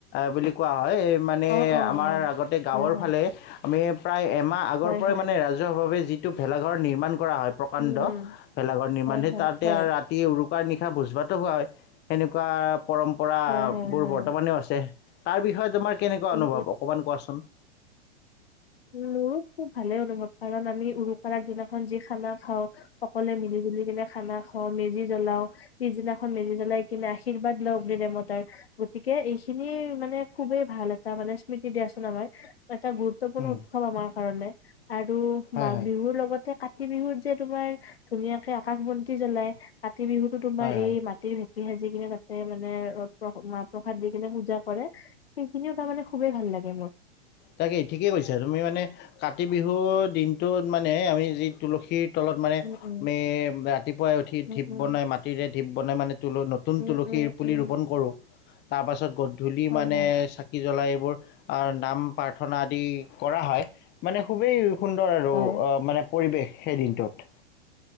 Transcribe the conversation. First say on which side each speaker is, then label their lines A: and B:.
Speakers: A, on the left (about 35°); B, on the left (about 70°).
A: বুলি কোৱা হয় মানে
B: অ অ
A: আমাৰ আগতে গাঁৱৰ
B: হয় হয়
A: ফালে <unintelligible> আমি প্ৰায় এম ম আগৰ
B: হয়
A: পৰাই
B: হয়
A: মানে ৰাজহুৱভাৱে যি ভেলাঘৰ নিৰ্মাণ কৰা হয় প্ৰকাণ্ড
B: উম হম
A: ভেলাঘৰ নিৰ্মাণ
B: হয়
A: হে
B: হয়
A: তাতে
B: হয়
A: আৰু ৰাতি উৰুকাৰ নিশা ভোজ ভাতো খোৱা হয়। <unintelligible> এনেকুৱা পৰম্পৰাবোৰ
B: হয় হয় হয়
A: বৰ্তমানেও আছে। তাৰ বিষয়ে তোমাৰ। কেনেকুৱা
B: উম
A: অনুভৱ অকণমান কোৱাচোন।
B: উ মোৰো খুব ভালেই অনুভৱ কাৰণ আমি উৰুকাৰ দিনাখন যি খানা খাওঁ সকলোৱে মিলি জুলি কিনে খানা খাওঁ মেজি জ্বলাও পিছদিনাখন মেজি জ্বলাই কিনে আশীৰ্বাদ লওক ব দেমতাৰ গতিকে এইখিনি মানে খুবেই ভাল এটা মানে স্মৃতি দিয়াচোন আমাৰ এটা গুৰুত্বপূৰ্ণ। <unintelligible> গুৰুত্বপূৰ্ণ
A: উম,
B: উৎসৱ আমাৰ কাৰণে। আৰু
A: হয়
B: মাঘ
A: হয়
B: বিহুৰ লগতে কা কাতি বিহুত যে তোমাৰ ধুনীয়াকে আকাশ বন্তি জ্বলাই। কাতি বিহুতো তোমাৰ
A: হয় হয়
B: এই মাটিৰ ভিতৰত। মাটি সাজি কিনে তাতে মানে মাহ প্ৰসাদ দি কিনে পূজা কৰে। সেইখিনিও তাৰমানে খুবেই ভাল লাগে মোৰ।
A: তাকে ঠিকেই কৈছা, তুমি মানে কাতি বিহুৰ দিনটোত মানে আমি যি তুলসীৰ। তলত মানে
B: উম
A: আ
B: উম
A: ৰাতিপুৱাই উঠি
B: উম
A: ঢিপ
B: উম
A: বনাই মাটিৰে ঢিপ। বনাই মানে। নতুন
B: উম,
A: তুলসী
B: উম,
A: পোলী
B: উম,
A: ৰুপন কৰো। তা পাছত গধূলি
B: হয়,
A: মানে
B: হয়,
A: চাকি জলাই বোৰ আৰ নাম। প্ৰাৰ্থনা আদি কৰা হয় মানে খুবেই। সুন্দৰ আৰু
B: হয়,
A: মানে পৰিৱেশ সেই দিনটোত।